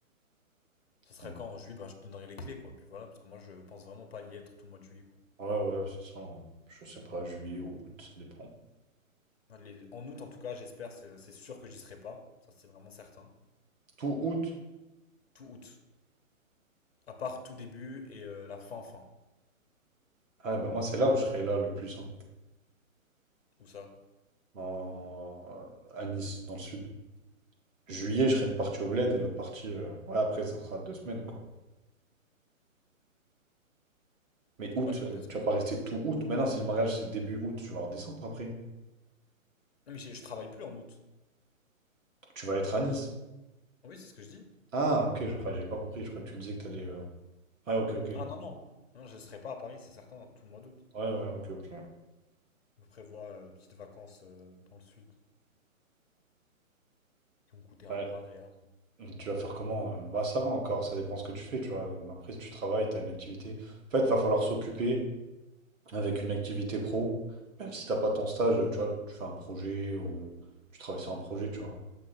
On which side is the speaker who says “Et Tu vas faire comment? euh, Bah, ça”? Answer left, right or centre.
Right